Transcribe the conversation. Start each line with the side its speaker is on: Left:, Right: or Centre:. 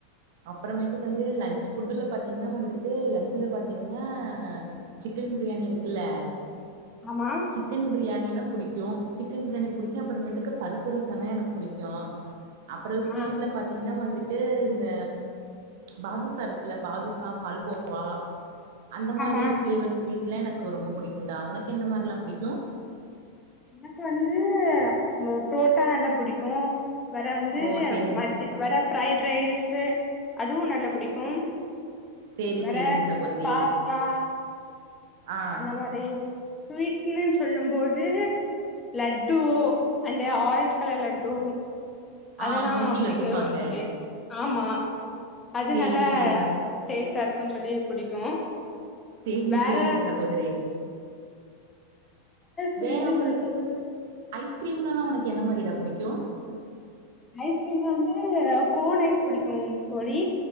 Right: அப்றமேட்டுக்கு வந்து லன்ச் ஃபுட்டுல பாத்தீங்கனா வந்துட்டு லன்ச்சில பாத்தீங்கனா சிக்கன் பிரியாணி இருக்குல்ல
Left: ஆமா
Right: சிக்கன் பிரியா மீனு புடிக்கு சிக்கன் ப்ரியாணி புடிக்கு அப்பறமேட்டுக்கு பருப்பு ரசன்னா எனக்கு புடிக்கு அப்றோ ஸ்வீட்ல
Left: ஆ
Right: பாத்தீங்ன்னா வந்துட் ட்டு இந்த பாதுசா இருக்குல்ல பாதுசா பால்கோவா அந்த மாரி
Left: ஆமா
Right: ஃப்ளேவர் வீட்லா எனக்கு ரொம்ப புடிக்குன்டா உனக்கெந்த மாரில்லா புடிக்கு
Left: எனக்கு வந்து ப ப்ரோட்டா நல்லா புடிக்கு வேற வந்து
Right: ஓ சேரிங்க
Left: மதி வேற ஃப்ரைட் ரைஸு அதுவு நல்ல புடிக்கும்
Right: சேரி
Left: வேற
Right: சேரிங்க சகோதரி
Left: பாஸ்தா
Right: ஆ
Left: அந்த மாரி ஸ்வீட்லன் சொல்லும் போது லட்டு அந்த ஆரஞ்ச் கலர் லட்டு அதெல்லா
Right: அ மோட்டி
Left: புடிக்கு
Right: லட்டும்பாங்க
Left: தோழி ஆமா அது
Right: சேரிங்க
Left: நல்லா
Right: சேரிங்க
Left: டேஸ் <unintelligible> சொல்லி புடிக்கு
Right: சேரிங்க
Left: வேற
Right: சேரிங்க சகோதரி
Left: ஸ்வீட்டுன்னு
Right: வேற உங்களுக்கு
Left: சொல்லும்போது
Right: ஐஸ்கிரீம்லல்லா உனக்கு என்ன மாரிடா புடிக்கு
Left: ஐஸ்கிரீம்ல வந்து கோன் ஐஸ் புடிக்கு தோழி